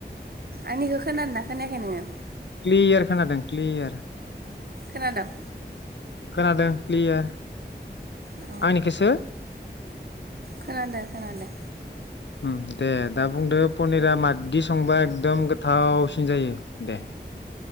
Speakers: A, on the right; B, on the left.
A: आंनिखौ खोनदोना खोनायाखै नोङो
B: क्लियार खोनादों क्लियार
A: खोनादोंं
B: खोनादों क्लियार
A: अ
B: आंनिखिसो
A: खोनादो खोनादो
B: उम दे दा बुंदो पनिरा माददि स संबा एकदम गोथाव सिन जायो दे